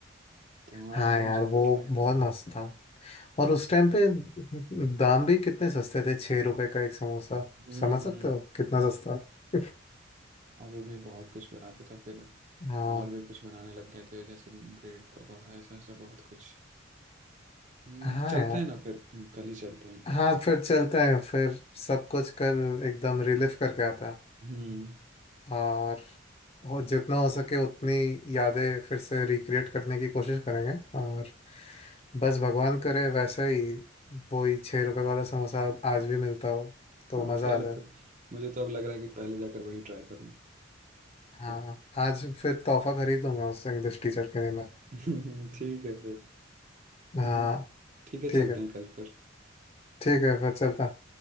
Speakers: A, on the right; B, on the left.
A: तो हाँ
B: हाँ
A: वो
B: यार
A: मुझे
B: वो
A: तो ट्राई
B: बहुत
A: करना
B: मस्त था और उस टाइम पे दाम भी कितने सस्ते थे छह रुपए का एक समोसा
A: हम्म
B: समझ
A: हम्म
B: सकते हो कितना सस्ता <laughs>
A: और वो भी बहुत कुछ बनाता था फिर
B: हाँ
A: और भी कुछ बनाने लग गए थे जैसे ब्रेड पकौड़ा ऐसा ऐसा बहुत कुछ हम्म
B: हाँ
A: चलते
B: यार
A: हैं ना फिर कल ही चलते हैं
B: हाँ फिर चलते हैं फिर सब कुछ कल एकदम रिलीफ करके आता है
A: हम्म
B: और हो जितना हो सके उतनी यादें फिर से रिक्रिएट करने की कोशिश करेंगे और बस भगवान करे वैसे ही वो ही छः रुपए वाला समोसा अब आज भी मिलता हो तो
A: हाँ
B: मज़ा
A: पहले
B: आ जाए
A: तो मुझे तो अब लग रहा है कि पहले जाकर वही ट्राई करूँ
B: हाँ
A: तो
B: आज फिर तोहफा खरीद लूंगा उस इंग्लिश टीचर के लिए मैं
A: <laughs> ठीक है फिर
B: हाँ
A: हम्म ठीक है
B: ठीक
A: चलते
B: है
A: हैं कल फिर
B: ठीक है फिर चलता